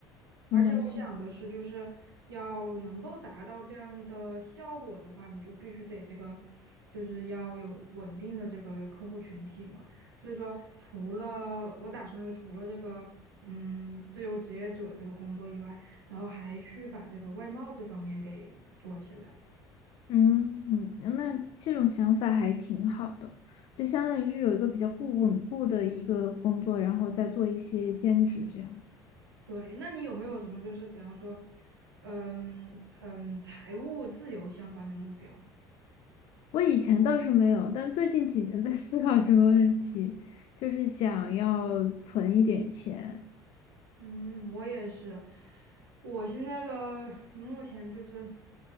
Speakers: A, on the right; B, on the left.
A: 而且我想的是，
B: 应该是，
A: 就是要能够达到这样的效果的话，你就必须得这个，就是要有稳定的这个客户群体嘛。所以说，除了我打算是除了这个，嗯，自由职业者这个工作以外，然后还去把这个外贸这方面给做起来。
B: 嗯嗯，那这种想法还挺好的，就相当于是有一个比较固稳固的一个工作，然后再做一些兼职这样。
A: 对，那你有没有什么就是比方说，嗯嗯，财务自由相关的目标？
B: 我以前倒是没有，但最近几年在思考这个问题，就是想要存一点钱。
A: 嗯，我也是。我现在的目前就是